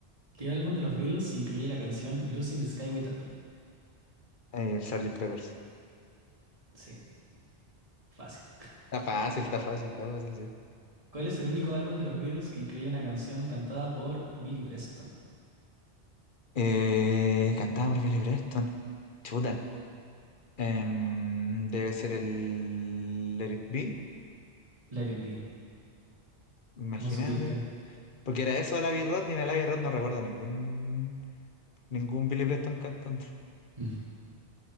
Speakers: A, on the right; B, on the left.
A: ¿Qué álbum de los Beatles incluye la canción Lucy in the Sky with That Moon?
B: Eh, el Sgt. Peppers.
A: Sí, fácil.
B: Está fácil, está fácil, está fácil, sí.
A: ¿Cuál es el único álbum de los Beatles que incluye una canción cantada por Billy Preston?
B: Eh, cantada por Billy Preston. Chuta. Em, debe ser el Let It Be,
A: Let It Be.
B: imagínate.
A: ¿Cómo supiste?
B: Porque era eso de Abbey Road y en el Abbey Road no recuerdo ningún ningún Billy Preston cantando.
A: <laughs>